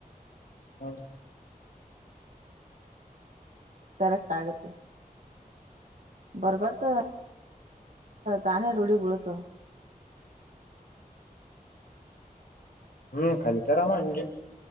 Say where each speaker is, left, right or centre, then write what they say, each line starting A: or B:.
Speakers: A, on the left; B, on the right.
A: ಹಾ
B: ಕರೆಕ್ಟ್ ಆಗುತ್ತೆ ಬರ್ಬರ್ತ ತಾನೇ ರೂಢಿ ಬಳತು
A: ಹ್ಮ್ ಕಲಿತಾರಮ್ಮ ನಿಂಗೆ